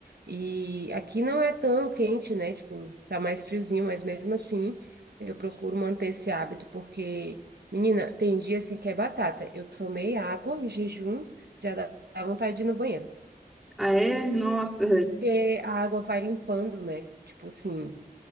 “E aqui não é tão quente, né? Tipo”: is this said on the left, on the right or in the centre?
Right